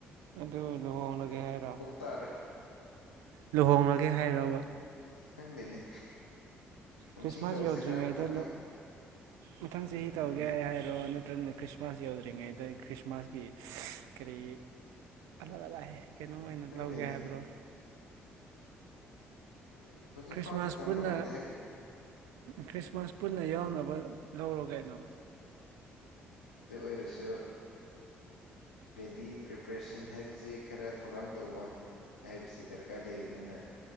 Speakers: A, on the right; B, on the left.
A: ꯑꯗꯨ ꯂꯨꯍꯣꯡꯂꯒꯦ ꯍꯥꯏꯔꯣ
B: ꯇꯥꯔꯦ
A: ꯂꯨꯍꯣꯡꯂꯒꯦ ꯍꯥꯏꯔꯔꯕ
B: ꯁ ꯈꯪꯗꯦꯅꯦ ꯀꯨꯝꯁꯤ
A: ꯈ꯭ꯔꯤꯁꯃꯥꯁ
B: ꯇꯧꯁꯤꯔꯥ
A: ꯌꯧꯗ꯭ꯔꯤꯉꯩꯗ
B: ꯃꯊꯪ
A: ꯃꯊꯪ ꯆꯍꯤ ꯇꯧꯔꯒꯦ
B: ꯎꯝ
A: ꯍꯥꯏ ꯍꯥꯏꯔꯣ ꯅꯠꯇ꯭ꯔꯅꯦ ꯈ꯭ꯔꯤꯁꯃꯥꯁ ꯌꯧꯗ꯭ꯔꯤꯉꯩꯗ ꯈ꯭ꯔꯤꯁꯃꯥꯁꯀꯤ ꯀꯔꯤ ꯑꯂꯛ ꯑꯂꯥꯛꯑ ꯀꯩꯅꯣ ꯑꯣꯏꯅ
B: ꯈꯪꯗꯦꯅꯦ
A: ꯂꯧꯒꯦ ꯍꯥꯏꯕ꯭ꯔꯣ
B: ꯍꯌꯦꯡ ꯍꯧꯖꯤꯛ
A: ꯈ꯭ꯔꯤꯁꯃꯥꯁ
B: ꯐꯥꯎꯗꯤ ꯇꯝꯕ
A: ꯄꯨꯟꯅ
B: ꯉꯝꯗꯦ ꯍꯥꯏꯕ ꯎꯝ
A: ꯈ꯭ꯔꯤꯁꯃꯥꯁ ꯄꯨꯟꯅ ꯌꯥꯎꯅꯕ ꯂꯧꯔꯣ ꯀꯩꯅꯣ
B: ꯑꯗꯨ ꯑꯣꯏꯔꯁꯨ ꯔꯦꯗꯤ ꯄ꯭ꯔꯤꯄꯔꯦꯁꯟ ꯍꯥꯏꯕꯕꯁꯤ ꯈꯔ ꯊꯧꯔꯥꯡ ꯇꯧꯕ ꯍꯥꯏꯕꯁꯤ ꯗꯔꯀꯥꯔ ꯂꯩꯕꯅꯤꯅ